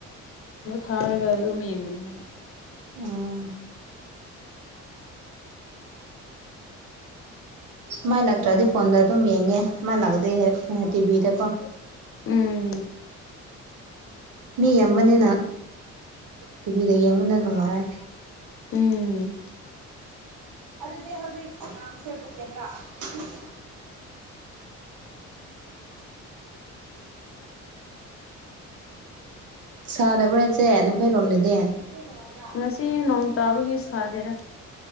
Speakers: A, on the left; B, on the right.
A: ꯊꯥꯔꯒ ꯑꯗꯨꯝ ꯌꯦꯡꯕꯅꯦ ꯐꯅꯤ
B: ꯎꯥ ꯃꯥꯏ ꯂꯥꯛꯇ꯭ꯔꯗꯤ ꯐꯣꯟꯗ ꯑꯗꯨꯝ ꯌꯦꯡꯉꯦ ꯃꯥꯏ ꯂꯥꯛꯗꯦ ꯇꯤꯚꯤꯗꯀꯣ
A: ꯎꯝ
B: ꯃꯤ ꯌꯥꯝꯕꯅꯤꯅ ꯇꯤꯚꯤꯗ ꯌꯦꯡꯕꯅ ꯅꯨꯡꯉꯥꯏ
A: ꯎꯝ
B: ꯑꯗꯨꯗꯤ ꯍꯧꯖꯤꯛ ꯉꯥꯡꯕꯁꯦ <unintelligible> ꯁꯥꯗꯕ꯭ꯔꯥ ꯏꯆꯦ ꯅꯈꯣꯏꯔꯣꯝꯗꯗꯤ <unintelligible>
A: ꯉꯁꯤ ꯅꯣꯡ ꯇꯥꯕꯒꯤ ꯁꯥꯗꯦꯗ